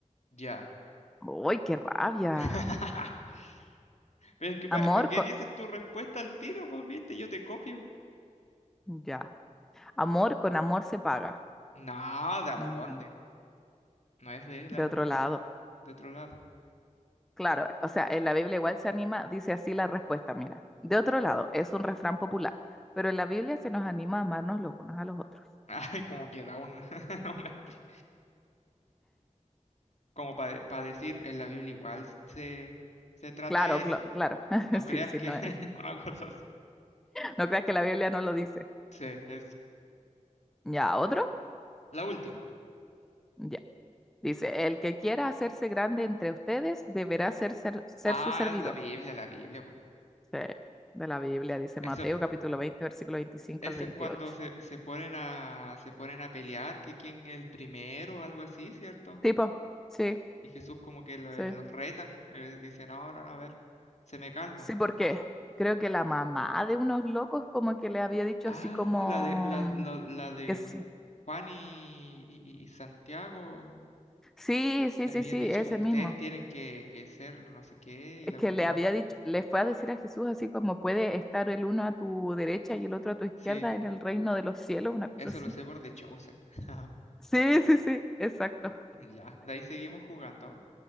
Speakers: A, on the left; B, in the centre.
A: Ya.
B: ¡Uy, qué rabia!
A: <laughs> Pero es que, ¿para
B: Amor
A: qué
B: con...
A: dices tu respuesta al tiro? Pues viste, yo te copio.
B: Ya, amor con amor se paga.
A: No, ¿de dónde?
B: No,
A: No es de la
B: de
A: Biblia,
B: otro lado.
A: de otro lado.
B: Claro, o sea, en la Biblia igual se anima, dice así la respuesta, mira. De otro lado, es un refrán popular, pero en la Biblia se nos anima a amarnos los unos a los otros.
A: <laughs> Ay, como que da un, <laughs> una, expli- como para decir, en la Biblia igual se, se trata
B: Claro,
A: eso.
B: clo- claro, <laughs>
A: No creas
B: sí, sí,
A: que
B: no,
A: <laughs>
B: es-
A: una cosa así.
B: no creas que la Biblia no lo dice.
A: Sí, es
B: Ya, otro.
A: La última.
B: Ya. Dice, el que quiera hacerse grande entre ustedes deberá ser, ser, ser
A: Ah,
B: su servidor.
A: es la Biblia, la Biblia, po.
B: Sí, de la Biblia, dice
A: Eso,
B: Mateo capítulo 20 versículo 25
A: eso
B: al veintiocho
A: es cuando se, se ponen a, se ponen a pelear, que quién es el primero o algo así, ¿cierto?
B: Tipo, sí,
A: Y Jesús como que lo-
B: sí.
A: los reta, eh, dice, no, no, no, a ver, se me calman.
B: Sí, porque creo que la mamá de unos locos como que le había dicho
A: Ah,
B: así como
A: la de, la,
B: mm,
A: la, la de
B: que sí.
A: Ju- Juan y, y- y Santiago,
B: Sí, sí,
A: les
B: sí,
A: había
B: sí,
A: dicho
B: ese
A: como ustedes
B: mismo.
A: tienen que, que ser no sé qué
B: Es
A: y la
B: que
A: cuestión.
B: le había dicho, le fue a decir a Jesús así como puede estar el uno a tu derecha y el otro a tu izquierda
A: Sí,
B: en el reino de los cielos, una cosa
A: eso
B: así.
A: lo sé por The Chosen. <laughs>
B: Sí, sí, sí, exacto.
A: Ya, de ahí seguimos jugando.